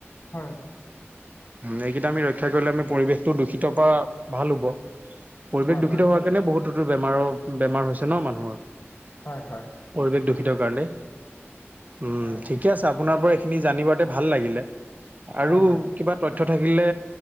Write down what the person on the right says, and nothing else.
এইকেইটা আমি ৰক্ষা কৰিলে আমি পৰিৱেশটো দূষিত পৰা ভাল হব, পৰিৱেশ
দূষিত
হোৱাত সকাৰণে বহুতোতো বেমাৰৰ, বেমাৰ হৈছে ন মানুহৰ।
পৰিৱেশ দূষিত কাৰণে, উম
ঠিকে আছে। আপোনাৰ পৰা এইখিনি জানিবতে ভাল লাগিলে, আৰু
কিবা তথ্য থাকিলে,